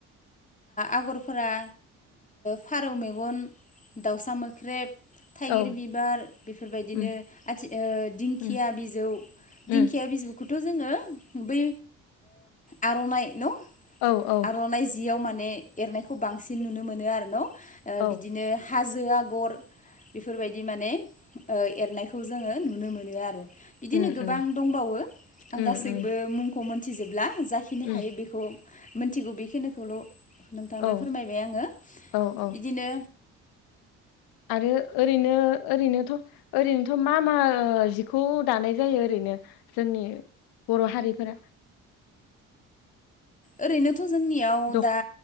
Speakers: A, on the left; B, on the left.
A: आगरफोरा फारौ मेगन दाउसा मोख्रेब थाइगिर
B: औ
A: बिबार बेफोरबायदिनो
B: उम
A: आथि दिंखिया
B: उम
A: बिजौ
B: उम
A: दिंखिया बिजौखौ जोङो बै आर'नाइ न
B: औ औ
A: आर'नाइ जियाव म माने एरनायखौ बांसिन नुनो मोनो आरो नाव
B: औ
A: बिदिनो हाजो आगर बेफोरबायदि माने एरनायखौ जोङो नुनो मोनो आरो बिदिनो
B: उम
A: गोबां
B: उम
A: दंबावो आं
B: उम
A: गासैबो
B: उम
A: मुंखौ मोनथिजोबला जाखिनि
B: उम
A: हायो बेखौ मिथिगौ बेखिनिखौल' नोंथांनो
B: औ
A: फोरमायबाय आङो
B: औ औ
A: बिदिनो
B: आरो ओरैनो ओरैनोथ' ओरैनोथ' मा मा जिखौ दानाय जायो ओरैनो नो जोंनि बर' हारिफोरा
A: ओरैनोथ' जोंनियाव
B: दख
A: दा